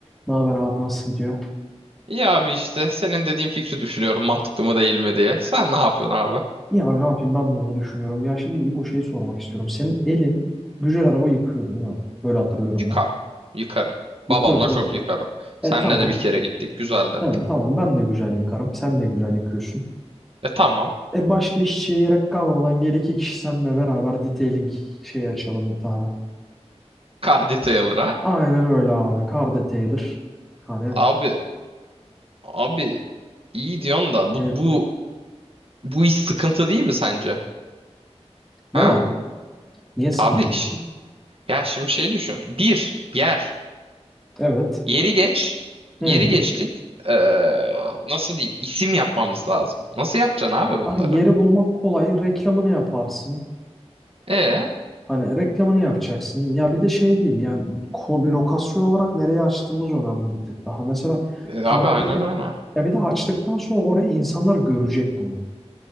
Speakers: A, in the centre; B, on the right.
A: Ne haber abi nasıl gidiyor?
B: İyi abi işte senin dediğin fikri düşünüyorum mantıklı mı değil mi diye. Sen ne yapıyorsun abi?
A: İyi abi ne yapayım ben de onu düşünüyorum. Ya şimdi bu şeyi sormak istiyorum. Senin elin güzel araba yıkıyordu değil mi? Böyle hatırlıyorum
B: Çıkar.
A: ben.
B: Yıkarım.
A: Yıkıyordun
B: Babamla
A: değil
B: çok
A: mi?
B: yıkarım.
A: E
B: Senle
A: tamam.
B: de bir kere gittik. Güzeldi.
A: Evet tamam ben de güzel yıkarım. Sen de güzel yıkıyorsun.
B: E tamam.
A: E başka işçiye gerek kalmadan gel iki kişi seninle beraber detailing şeyi açalım bir tane.
B: Car Detailer'a.
A: Aynen öyle abi. Car detailer. Hani
B: Abi abi iyi diyorsun da
A: e,
B: bu bu bu iş sıkıntı değil mi sence?
A: neden?
B: Ha?
A: Niye sıkıntı
B: Abi iş.
A: olsun?
B: Ya şimdi şey düşün. Bir yer.
A: Evet.
B: Yeri geç.
A: Hı.
B: Yeri geçtik. Ee, nasıl diyeyim? İsim yapmamız lazım. Nasıl yapacaksın abi bunları?
A: Abi yeri bulmak kolay. Reklamını yaparsın.
B: E,
A: Hani reklamını yapacaksın. Ya bir de şey değil Ya ko- lokasyon olarak nereye açtığımız önemli bir tık daha. Mesela
B: e
A: park
B: abi aynen
A: yeri
B: öyle.
A: ya bir de açtıktan sonra oraya insanlar görecek bunu.